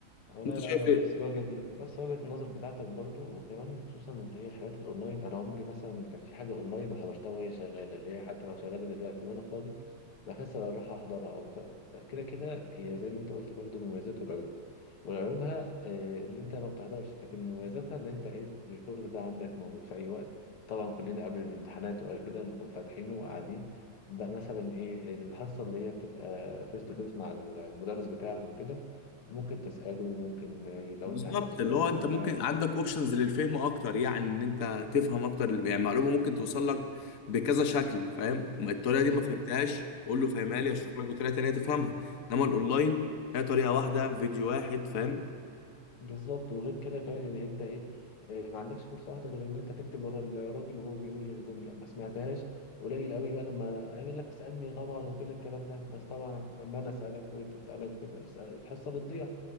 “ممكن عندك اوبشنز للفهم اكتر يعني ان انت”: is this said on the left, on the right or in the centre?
Left